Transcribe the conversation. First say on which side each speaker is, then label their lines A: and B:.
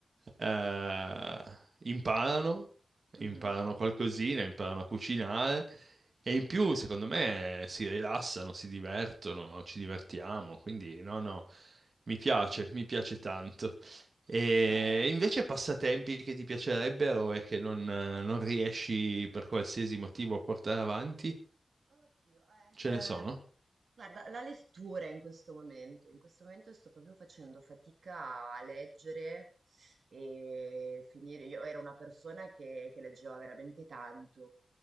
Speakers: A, on the right; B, on the right.
A: eh, imparano,
B: mhm,
A: imparano qualcosina, imparano a cucinare e in più, secondo me, si rilassano, si divertono, ci divertiamo, quindi no, no, mi piace, mi piace tanto. E
B: bello.
A: invece passatempi che ti piacerebbero e che non, non riesci per qualsiasi motivo a portare avanti,
B: Oddio,
A: ce
B: eh. eh.
A: ne sono?
B: Guarda, la lettura in questo momento, in questo momento sto proprio facendo fatica a leggere e finire. Io ero una persona che, che leggeva veramente tanto,